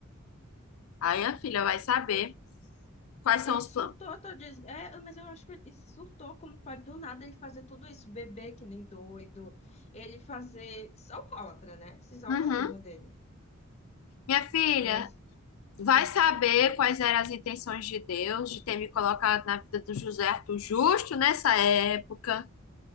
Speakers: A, on the left; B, on the left.
A: Aí, minha filha vai saber quais são
B: Ele
A: os
B: surtou,
A: planos.
B: tô dizendo. É, mas eu acho que ele surtou, como pode do nada ele fazer tudo isso, beber que nem doido, ele fazer só alcoólatra, né? Esses alcoolismo
A: Uhum.
B: dele.
A: Minha filha,
B: Mas
A: Vai
B: hum,
A: saber quais eram as intenções de Deus de ter me colocado na vida do José Arthur justo nessa época,